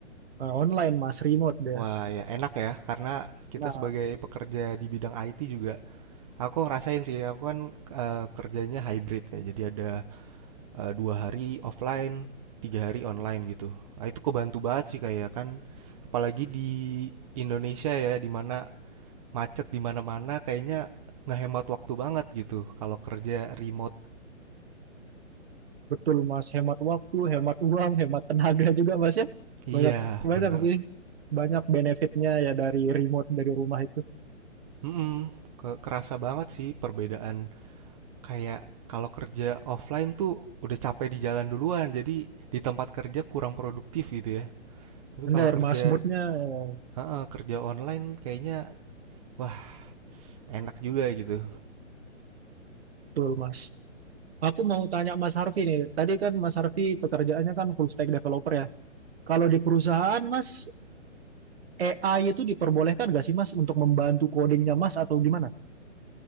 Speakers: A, on the right (about 50°); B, on the right (about 30°).
A: eh, online Mas, remote deh.
B: Wah, ya enak ya, karena kita
A: Nah,
B: sebagai pekerja di bidang IT juga, aku ngerasain sih, aku kan eh, kerjanya hybrid ya, jadi ada eh, dua hari offline, tiga hari online gitu. Nah, itu kebantu banget sih kayak kan, apalagi di Indonesia ya, di mana macet di mana-mana, kayaknya ngehemat waktu banget gitu kalau kerja remote.
A: Betul Mas, hemat waktu, hemat uang, hemat tenaga juga Mas ya.
B: Iya,
A: Banyak banyak
B: bener.
A: sih, banyak benefitnya ya dari remote dari rumah itu.
B: Mm-mm. Ke- kerasa banget sih perbedaan kayak kalau kerja offline tuh udah capek di jalan duluan, jadi di tempat kerja kurang produktif gitu ya. Tapi
A: Benar
B: kalau kerja,
A: Mas, moodnya eh,
B: heeh, kerja online kayaknya wah enak juga gitu.
A: betul Mas. Aku mau tanya Mas Harfi nih, tadi kan Mas Harfi pekerjaannya kan full stack developer ya. Kalau di perusahaan Mas, eh, AI itu diperbolehkan nggak sih Mas untuk membantu codingnya Mas atau gimana?